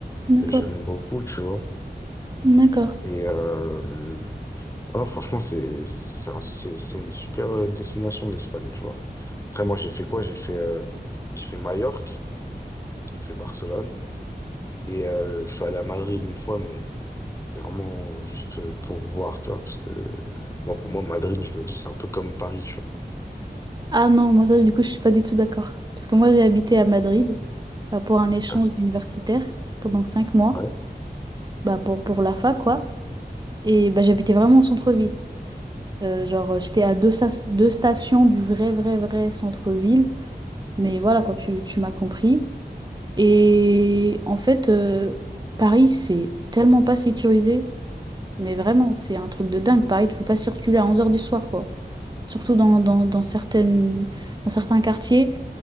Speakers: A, on the right (about 25°); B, on the left (about 15°).
A: D'accord.
B: que j'aime beaucoup, tu vois.
A: D'accord.
B: Et, euh, Voilà, franchement, c'est c'est un- c'est- c'est une super euh, destination, l'Espagne, tu vois. Après, moi, j'ai fait quoi? J'ai fait, euh, j'ai fait Majorque, j'ai fait Barcelone, et euh, je suis allé à Madrid une fois, mais c'était vraiment juste euh, pour voir, tu vois, parce que moi, pour moi, Madrid, je me dis, c'est un peu comme Paris, tu vois.
A: Ah non, moi ça, du coup, je suis pas du tout d'accord. Parce que moi, j'ai habité à Madrid bah, pour un échange
B: <laughs>
A: universitaire pendant cinq mois,
B: Ouais.
A: bah, pour, pour la fac, quoi. Et bah, j'habitais vraiment au centre-ville. Euh, genre, j'étais à deux, sta- deux stations du vrai, vrai, vrai centre-ville. Mais voilà, quoi, tu, tu m'as compris. Et en fait, euh, Paris, c'est tellement pas sécurisé, mais vraiment, c'est un truc de dingue. Paris, tu peux pas circuler à onze heures du soir, quoi. Surtout dans, dans, dans certaines, dans certains quartiers,